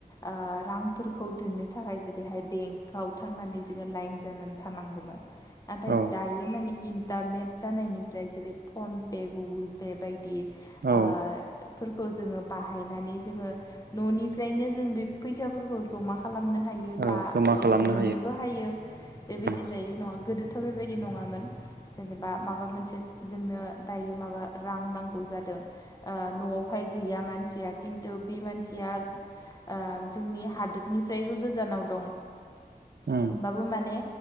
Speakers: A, on the left; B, on the right.
A: आह रांफोर फोरखौ दोननो थाखाय जेरैहाय बेंकआव थांनानै जोङो लाइन जानानै थानांगौमोन। नाथाय
B: औ
A: दायो माने इन्टारनेट जानायनिफ्राय जेरै फन पे गुगोल पे बायदि आ
B: औ
A: फोरखौ जोङो बाहायनानै जोङो न'निफ्रायनो जों बे फैसाफोरखौ जमा खालामनो हायो
B: औ
A: बा
B: जमा खालामनो
A: दिहुननोबो हायो बेबायदि
B: उम
A: जायो न' गोदो थ' बेबायदि नङामोन जेनेबा माबा मोनसे जोंनो दायो माबा रां नां गौ जादों ओ न'आवहाय गैया मानसिया खिन्थु बे मानसिया ओ जोंनि हादोरनिफ्रायबो गोजानाव दं
B: उम
A: ओमबाबो माने